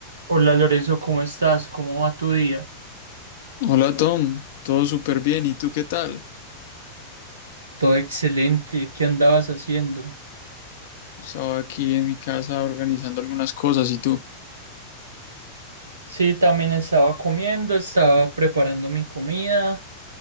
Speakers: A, on the right; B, on the left.
A: Hola Lorenzo, ¿cómo estás? ¿Cómo va tu día?
B: Hola Tom, todo súper bien. ¿Y tú qué tal?
A: Todo excelente. ¿Qué andabas haciendo?
B: Estaba aquí en mi casa organizando algunas cosas y tú.
A: Sí, también estaba comiendo, estaba preparando mi comida